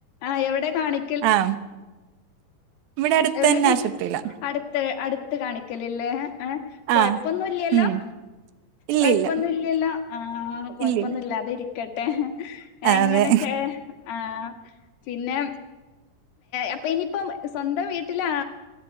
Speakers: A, on the left; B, on the right.
A: ആഹ് എവിടെ കാണി
B: ആഹ് ഇവിടെ അടുത്ത്
A: എവിടെ
B: തന്നെ
A: കാണി
B: ആശുപത്രിയിലാ
A: അടുത്ത അടുത്ത് കാണിക്കലല്ലേ ഏഹ് കുഴപ്പൊന്നുംല്ലല്ലോ
B: ആഹ് ഉം ഇല്ലില്ല
A: കുഴപ്പൊന്നും ഇല്ലല്ലോ ആഹാ കുഴപ്പൊന്നും
B: ഇല്ലില്ല
A: ഇല്ലാതെ ഇരി ക്കട്ടെ
B: ആ,
A: എങ്ങനെ
B: അതെ
A: ചേ ആഹ് പിന്നെ അപ്പൊ ഇനി സ്വന്തം വീട്ടിലാ